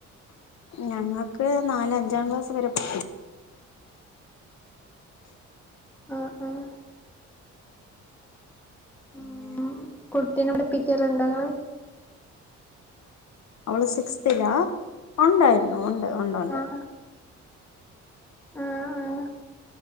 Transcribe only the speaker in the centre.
ആഹ് ആഹ്
ഉം കുട്ടീനെ പഠിപ്പിക്കലുണ്ടോങ്ങള്
ആഹ് ആഹ് ആഹ്